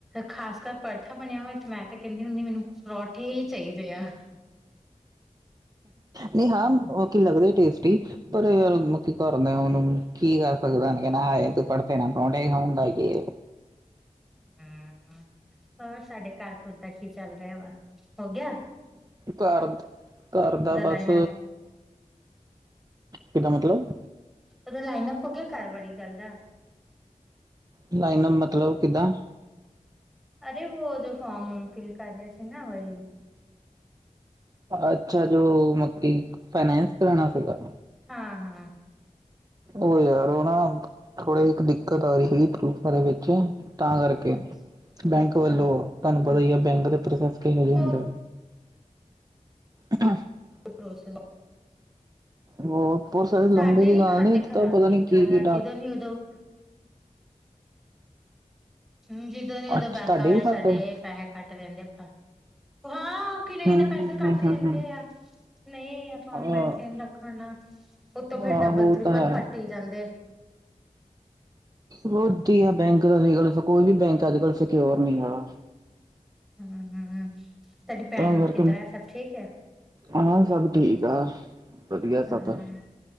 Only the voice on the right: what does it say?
ਨਹੀਂ ਹਾਂ ਕੀ ਲੱਗਦੇ ਟੇਸਟੀ ਪਰ ਯਾਰ ਕੀ ਕਰਨਾ ਉਹਨੂੰ ਕੀ ਕਰ ਸਕਦਾ ਕਹਿੰਣਾ ਆ ਤੂੰ ਭੜ੍ਹਦੇ ਨਾਂਲ ਪਰੋਂਠੇ ਹੀ ਖਊਂਗਾ ਯੇ
ਘਰ, ਘਰ ਦਾ
ਬਸ
ਕਿਦਾ ਮਤਲਬ
ਲਾਈਅਪ ਮਤਲਬ ਕਿੱਦਾਂ
ਅੱਛਾ ਜੋ ਮਕਿ ਫਾਈਨੈਂਸ ਕਰਾਣਾ ਸੀਗਾ
ਉਹ ਯਾਰ ਉਹ ਨਾ ਥੋੜੇ ਇਕ ਦਿੱਕਤ ਆ ਰਹੀ ਸੀ ਪ੍ਰੂਫਾਂ ਦੇ ਵਿੱਚ ਤਾਂ ਕਰਕੇ
ਬੈਂਕ ਵੱਲੋਂ
ਤੁਹਾਨੂੰ ਪਤਾ ਹੀ ਹੈ ਬੈਂਕ ਦੇ ਪ੍ਰੋਸੈਸ ਕਿਹੋ ਜਿਹੇ ਹੁੰਦੇ
<unintelligible>
ਉਹ ਪ੍ਰੋਸੈਸ
ਲੰਬੇ ਦੀ
ਗੱਲ
ਇੱਕ
ਤਾਂ ਪਤਾ
ਨੀ ਕੀ
ਕੀ
ਅੱਛਾ
ਤੁਹਾਡੇ
ਵੀ ਖਾਤੇ
ਹੂੰ
ਆਹ
ਆਹੋ
ਉਹ
ਤਾਂ ਹੈ
ਵਧੀਆ ਬੈਂਕ ਦਾ ਕੋਈ ਵੀ ਬੈਂਕ ਅੱਜ ਕਲ੍ਹ ਸਿਕਉਰ ਨੀ ਹਾ
ਤਾਂ ਕਰਕੇ
ਹਾਂ ਸਭ ਠੀਕ ਆ ਵਧੀਆ
ਸਭ